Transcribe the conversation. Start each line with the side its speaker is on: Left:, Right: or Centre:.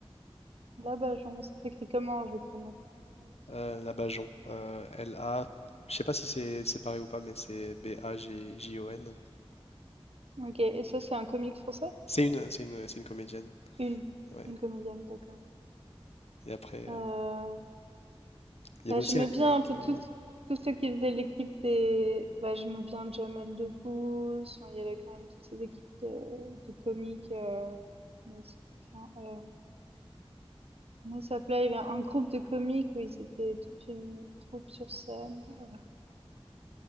Right: Là, bah, genre, ça s'écrit comment? Je vais prendre un-
Left: Euh, Labajon, euh, L-A, je sais pas si c'est c'est pareil ou pas, mais c'est B-A-G-J-O-N.
Right: Ok, et ça, c'est un comique français?
Left: C'est une, c'est une, c'est une comédienne.
Right: Une.
Left: Ouais.
Right: Une comédienne, d'accord.
Left: Et après, euh,
Right: Euh,
Left: il y
Right: Bah,
Left: avait aussi
Right: j'aimais
Left: un comique,
Right: bien un peu
Left: euh,
Right: tous, tous ceux qui faisaient l'équipe des, bah, j'aimais bien Jamel Debbouze, enfin, il y avait quand même toutes ces équipes de, de comiques, euh, mais c'est- enfin, euh, comment ça s'appelait? Il y avait un groupe de comiques où ils étaient toute une troupe sur scène, euh,